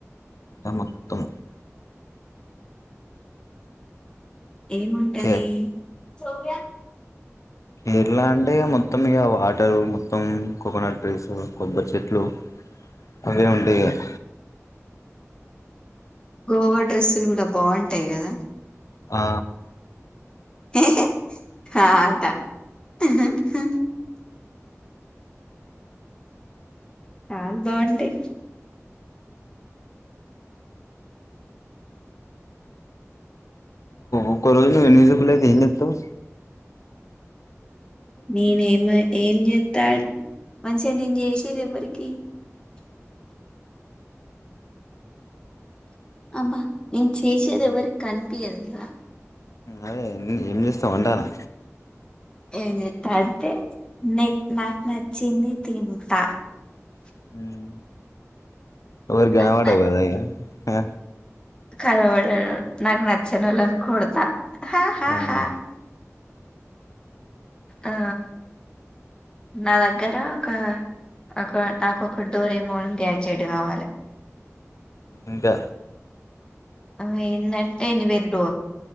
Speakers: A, on the left; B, on the left.
A: ఈగ మొత్తం.
B: ఏముంటది
A: కే
B: సోవ్యా
A: కేరళ అంటే మొత్తం మొత్తం ఇక వాటరు మొత్తం కోకోనట్ డ్రింక్స్ కొబ్బరి చెట్లు అవే ఉంటాయి ఇక
B: గోవా డ్రెస్సులు కూడా బాగుంటాయి కదా
A: ఆ
B: హ హా హాట హా చాల బాగుంటాయి
A: ఒక్కోరోజు నువ్వు ఎన్జబులయితే ఏం చేతవ్
B: నేనేమ ఏం చేస్తా అంటే మంచిగా నేను చేసేది ఎవరికి అబ నేను చేసేది ఎవరికి కనిపియదుగా
A: అదే ఏం చేస్తావు అంటనా
B: ఏం చేత్తా అంటే నె నాకు నచ్చింది తింటా.
A: హ్మ్ ఎవరికి
B: నాకు
A: కనపడవు కాదా ఈగ ఆ
B: కనబడనను నాకు నచ్చనోళ్లను కొడతా ఆహా హా
A: ఆ
B: హ ఆ నా దగ్గర ఒక ఒక నాకు ఒక డోర్ మోన్ గ్యాచెడ్ కావాలె
A: ఇంకా
B: అ ఏందటే ని వేరు డోర్